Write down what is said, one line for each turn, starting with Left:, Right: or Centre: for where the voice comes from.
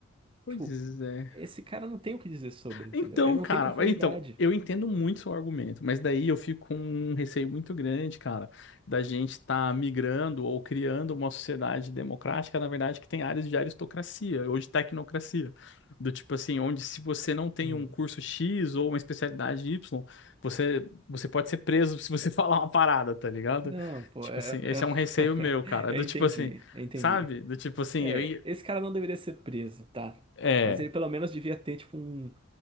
Left: Pois
Right: Tipo,
Left: é.
Right: esse cara não tem o que dizer sobre, entendeu?
Left: Então,
Right: Ele não
Left: cara,
Right: tem profundidade.
Left: então, eu entendo muito seu argumento, mas daí eu fico com um receio muito grande, cara, da gente estar migrando ou criando uma sociedade democrática, na verdade, que tem áreas de aristocracia ou de tecnocracia. Do tipo assim, onde se você não tem
Right: Hum.
Left: um curso X ou uma especialidade Y, você, você pode ser preso se você <laughs> falar uma parada, tá ligado?
Right: Não, pô,
Left: Tipo
Right: é-
Left: assim,
Right: é-
Left: esse é um receio
Right: <laughs>
Left: meu, cara.
Right: eu
Left: Do
Right: entendi,
Left: tipo assim,
Right: eu entendi.
Left: sabe? Do tipo assim,
Right: É,
Left: eu,
Right: esse cara não deveria ser preso, tá?
Left: é,
Right: Mas ele pelo menos devia ter, tipo, um,